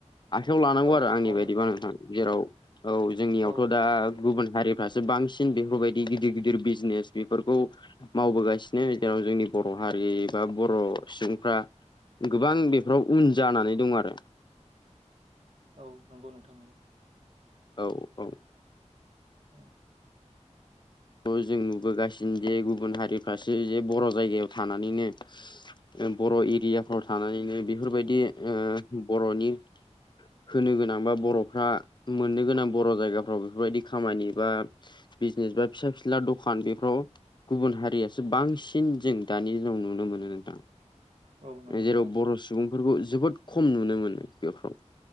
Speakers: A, on the left; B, on the right.
A: आखाइयाव लानांगौ
B: औ
A: आरो आंनि
B: मावनो
A: बायदिबा नोंथां जेराव औ जोंनियावथ'
B: औ
A: दा गुबुन हारिफ्रासो बांसिन बेफोरबायदि गिदिर गिदिर बिजनेस बिफोरखौ मावबोगासिनो जेराव जोंनि बर' हारि बा बर' सुबुं फ्रा गोबां बेफोराव उन जानानै दं आरो
B: औ नंगौ नोंथां नगौ
A: औ औ
B: उम
A: बे जों नुबोगासिनो जे गुबुन हारिफ्रासो जे बर' जायगायाव थानानैनो बर' एरियाफ्राव थानानैनो
B: उम
A: बेफोरबायदि बर'नि होनो गोनां बा बर'फ्रा मोननो गोनां बर' जायगाफ्राव बेफोरबायदि खामानि बा बिजनेस बा फिसा फिनला दखान बेफ्राव गुबुन हारियासो बांसिन जों दानि दिनाव नुनो मोनो नोंथां
B: औ नंगौ
A: जेराव
B: नोंथां
A: बर' सुबुंफोरखौ जोबोद खम नुनो मोनो बेफ्राव